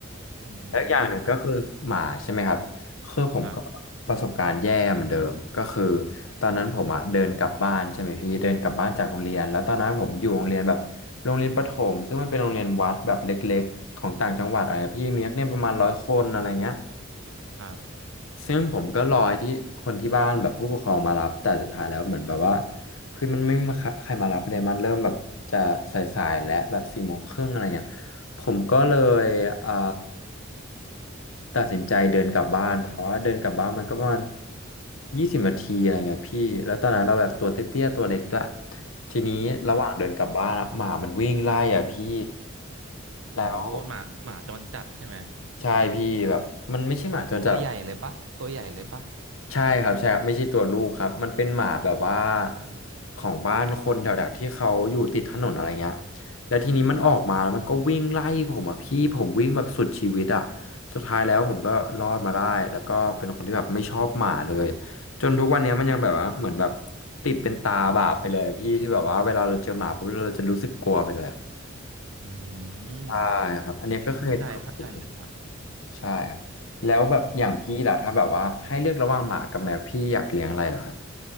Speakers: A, on the right; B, on the left.
A: อืมครับ
B: แล้วอย่างหนึ่งก็คือหมาใช่ไหมครับคือผมก็ประสบการณ์แย่เหมือนเดิมก็คือ
A: ครับ
B: ตอนนั้นผมอ่ะเดินกลับบ้านใช่ไหมพี่เดินกลับบ้านจากโรงเรียนแล้วตอนนั้นผมอยู่โรงเรียนแบบโรงเรียนประถมซึ่งมันเป็นโรงเรียนวัดแบบเล็กๆของต่างจังหวัดอะไรพี่มีนักเรียนประมาณร้อยคนอะไรเงี้ย
A: ครับ
B: ซึ่งผมก็รอให้ที่คนที่บ้านแบบผู้ปกครองมารับแต่สุดท้ายแล้วเหมือนแบบว่าคือมันไม่มีใครมารับเลยมันเริ่มแบบจะสายๆและแบบสี่โมงครึ่งอะไรเงี้ยผมก็เลยอ่า ตัดสินใจเดินกลับบ้านเพราะว่าเดินกลับบ้านมันก็ประมาณยี่สิบนาทีอะไรเงี้ยพี่แล้วตอนนั้นเราแบบตัวเตี้ยๆตัวเล็กด้วยทีนี้ระหว่างเดินกลับบ้านอะหมามันวิ่งไล่อ่ะพี่
A: อืมโอ้โหหมาหมาจรจัดใช่ไหม
B: แล้วใช่พี่แบบมันไม่ใช่หมาจรจัดหรอก
A: ตัวใหญ่เลยปะตัวใหญ่เลยปะ
B: ใช่ครับใช่ครับไม่ใช่ตัวลูกครับมันเป็นหมาแบบว่า
A: อืม
B: ของบ้านคนแถวๆที่เขาอยู่ติดถนนอะไรเงี้ยแล้วทีนี้มันออกมาแล้วมันก็วิ่งไล่ผมอ่ะพี่ผมวิ่งแบบสุดชีวิตอ่ะสุดท้ายแล้วผมก็รอดมาได้แล้วก็เป็นคนที่แบบไม่ชอบหมาเลยจนทุกวันเนี้ยมันยังแบบว่าเหมือนแบบติดเป็นตาบาปไปเลยอะพี่ที่แบบว่าเวลาเราเจอหมาปุ๊บเราจะรู้สึกกลัวไปเลยอะ
A: อืม
B: ใช่ครับอันเนี้ยก็เคยเจอ
A: โอเคเข้าใจเข้าใจเลยครับ
B: ใช่ครับแล้วแบบอย่างพี่ล่ะถ้าแบบว่าให้เลือกระหว่างหมากับแมวพี่อยากเลี้ยงอะไรเหรอครับ